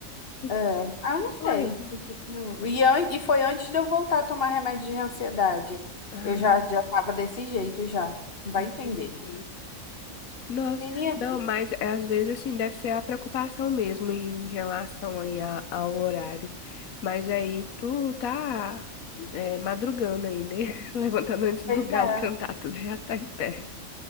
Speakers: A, on the left; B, on the left.
A: que estranho.
B: É, ah, eu não sei.
A: Uai, eu-
B: o que que eu- E, an- e foi antes de eu voltar a tomar remédio de ansiedade.
A: ah,
B: Eu já, já tava desse jeito já. Vai
A: entendi.
B: entender, né?
A: Nossa,
B: Menina,
A: não, mas é, às vezes assim deve ser a preocupação mesmo em relação aí a- ao horário. Mas aí tu tá é, madrugando aí, né? <laughs> Levantando antes do
B: pois
A: galo
B: é.
A: cantar, tu já tá em pé.